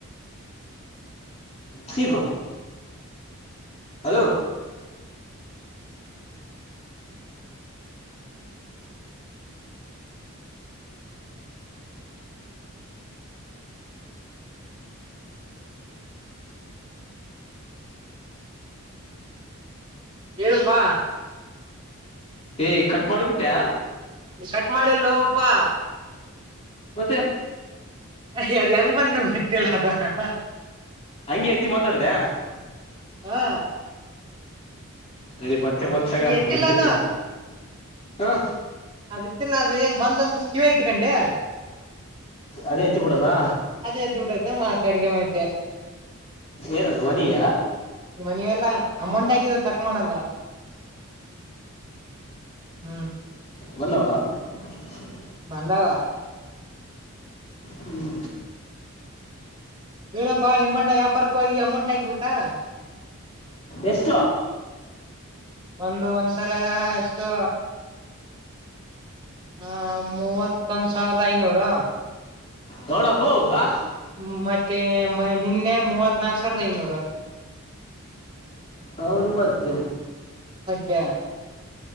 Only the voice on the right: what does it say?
ಹೇಳಪ್ಪಾ
ಕಟ್ ಮಾಡಿಲ್ಲ ಹೋವಪ್ಪಾ
ಅದೇ ಎಂಗ್ ಬಂದೆ ಮತ್ತೆ <unintelligible>
ಹಾ
ಎತ್ತಿಲ್ಲಾನು
ಅದಿತ್ತಲ್ಲ ಅದು ಏನ್ ಬಂದಂತ್ ಕಿವಿಯಗ್ ಇಟ್ಕೊಂಡೆ
ಅದೇ ಎದ್ ಬಿಡ್ಡತೆ ಮಾತಾಡಿದ ಮಾತೆ ಕೆ <unintelligible>
ಮನೆಯಲ್ಲಾ ಅಮೌಂಟ್ ಆಗಿದೆ ತ ಮಡಲ್ಲಾ. ಹ್ಮ್.
ಬಾಧಾವ
ವೀನಪ್ಪಾ ನಿಮ್ಮಣ್ಣ ಯಾಪಾರ್ಕ್ಕೋ ಈ ಅಮೌಂಟ್ ಆಾಕ್ಬಿಟ್ಟಾ
ಒಂದು ಒಂದ್ಸರ ಎಷ್ಟೋ ಆ ಮೂವತ್ತೊಂದ ಸಾವಿರದ ಐನೂರು
್ಮ ಮತ್ತೆ ಮ ನಿನ್ನೆ ಮೂವತ್ ನಾಕ್ ಸಾವಿರದ ಐನೂರು
ಕೆ